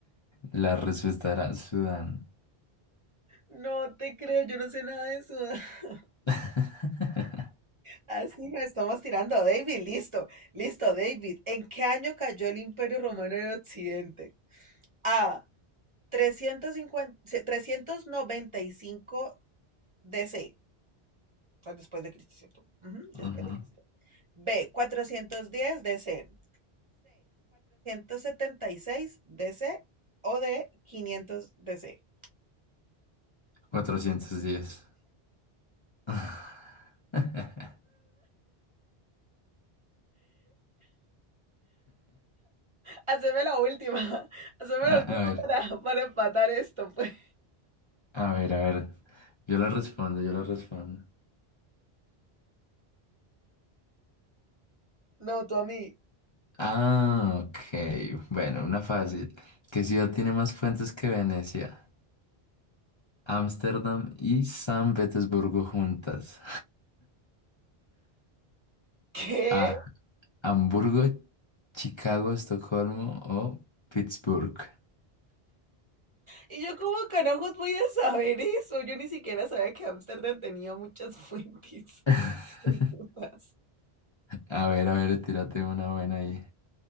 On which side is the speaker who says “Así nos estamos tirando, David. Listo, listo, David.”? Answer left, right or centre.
Right